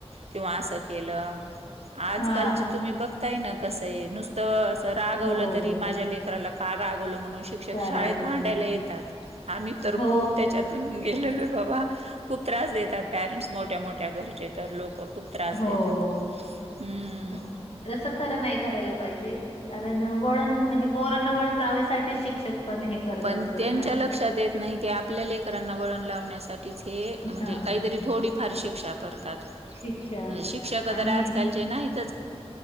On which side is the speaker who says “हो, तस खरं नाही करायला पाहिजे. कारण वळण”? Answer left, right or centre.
Left